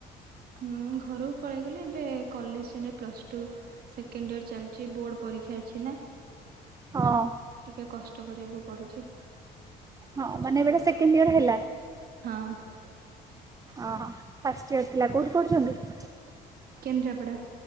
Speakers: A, on the right; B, on the right.
A: ହୁଁ ଘରକୁ ପଳେଇଗଲି ଏବେ କଲେଜ ଏବେ ପ୍ଲସ୍ ଟୁ ସେକେଣ୍ଡ ଇୟର ଚାଲିଛି ବୋର୍ଡ଼ ପରୀକ୍ଷା ଅଛି ନା।
B: ହଁ।
A: ଟିକେ କଷ୍ଟ କରିବାକୁ ପଡୁଛି।
B: ହଁ ମାନେ ଏବେ ସେକେଣ୍ଡ ଇୟର ହେଲା?
A: ହଁ।
B: ଅହ ଫାଷ୍ଟ ଇୟର ଥିଲା କୋଉଠି କରୁଛନ୍ତି?
A: କେନ୍ଦ୍ରାପଡ଼ା।